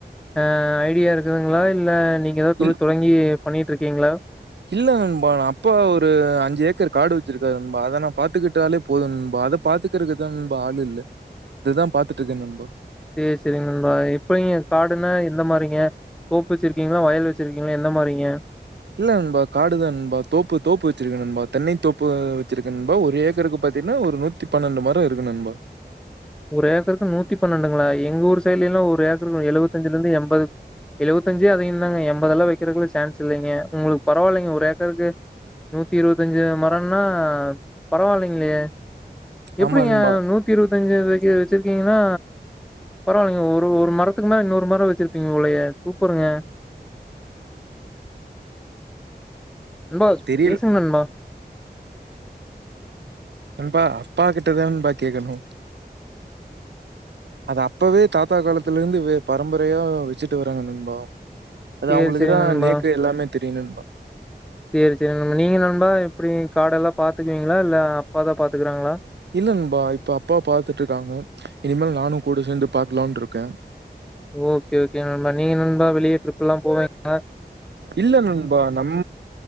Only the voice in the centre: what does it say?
ஆ ஐடியா இருக்குதுங்களா இல்ல நீங்க ஏதாவது தொழில்
தொடங்கி பண்ணிட்டுருக்கீங்களா?
சேரி சேரி நண்பா இப்ப இங்க காடுன்னா எந்த மாரிங்க தோப்பு வெச்சிருக்கீங்களா வயல் வெச்சிருக்கீங்களா எந்த மாரிங்க
ஒரு ஏக்கருக்கு நூத்தி பன்னெண்டுங்களா எங்க ஊர் சைட்லெல்லா ஒரு ஏக்கருக்கு எழுவத்தஞ்ல இருந்து எண்பது எழுவத்தஞ்சு அதயுந்தாங்க எம்பதெல்லா வெக்றதுக்கு சான்ஸ் இல்லைங்க உங்களுக்கு பரவாயில்லைங்க ஒரு ஏக்கருக்கு நூத்தி இருபத்தஞ்சு மரம்னா பரவால்லைங்களேயே எப்டிங்க
நூத்தி இருவீத்தஞ்சு வெ <unintelligible> வெச்சிருக்கீங்கன்னா பரவாயில்லைங்க ஒரு ஒரு மரத்துக்கு மேல இன்னொரு மரோ வெச்சிருப்பீங்க போலயே சூப்பருங்க நண்பா
பேசுங்க நண்பா
சேரி
சேரி
நண்பா
சேரி சேரி நண்ப நீங்க நண்பா எப்டி காடெல்லா பாத்துக்குவிங்களா இல்ல அப்பாதா பாத்துக்குறாங்களா
ஓக்கே ஓக்கே நண்பா நீங்க நண்பா வெளிய ட்ரிப்லா போவீங்களா